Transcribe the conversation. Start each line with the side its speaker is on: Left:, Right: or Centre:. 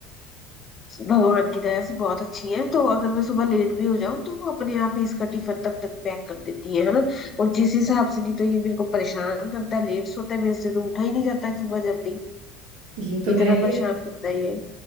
Left: भगवान की दया से बहुत अच्छी है तो अगर मैं सुबह लेट भी हो जाऊं तो वो अपने आप ही इसका टिफिन तब तक पैक कर देती है है ना और जिस हिसाब से नहीं तो ये मेरे को परेशान करता है लेट सोता है मेरे से तो उठा ही नहीं जाता है सुबह जल्दी
Right: ये तो
Left: इतना
Right: है ही
Left: परेशान करता है ये